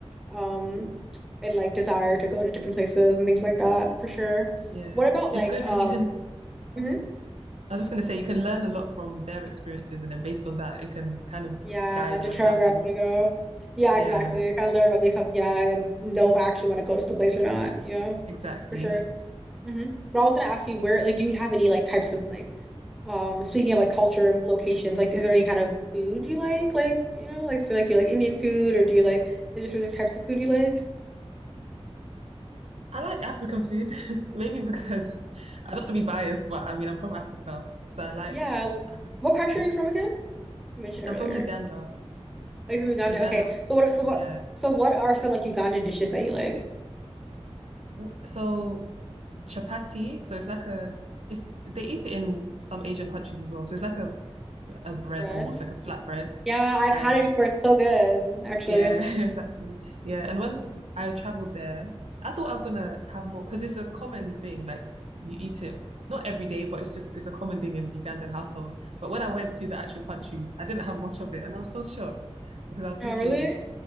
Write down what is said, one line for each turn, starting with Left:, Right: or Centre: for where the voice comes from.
Centre: um and like desire to go to different places and things like that for sure.
Right: Yeah,
Centre: What about like
Right: it's good because
Centre: um
Right: you can. Oh,
Centre: mhm,
Right: I was just gonna say you can learn a lot from their experiences, and then based on that, it can kind of
Centre: yeah,
Right: guide
Centre: determine
Right: your travel.
Centre: where I want to go. Yeah,
Right: Yeah,
Centre: exactly. Kind of learn about myself, yeah, and then know if I actually want to go to the place or not, you know,
Right: exactly.
Centre: for sure. hmm But I was gonna ask you where like do you have any like types of like um speaking of like culture and locations, like is there any kind of food you like? Like, you know, like so like do you like Indian food or do you like is there specific types of food you like?
Right: I like African food, <laughs> maybe because I don't want to be biased, but I mean I'm from Africa, so I like
Centre: Yeah. w-
Right: African
Centre: What country
Right: food.
Centre: are you from again? You mentioned earlier.
Right: I'm from Uganda.
Centre: Are you from Uganda?
Right: Uganda,
Centre: Okay. So what? So what?
Right: yeah.
Centre: So what are some like Ugandan dishes that you like?
Right: w- So chapati, so it's like a it's they eat it in some Asian countries as well. So it's like a a bread
Centre: Bread?
Right: almost like a flat bread.
Centre: Yeah, I've
Right: Yeah.
Centre: had
Right: And
Centre: it before. It's so good, actually.
Right: yeah, <laughs> exactly. Yeah. And when I traveled there, I thought I was gonna have more because it's a common thing. Like you eat it not every day, but it's just it's a common thing in Ugandan households. But when I went to the actual country, I didn't have much of it and I was so shocked because I was thinking
Centre: Oh, really?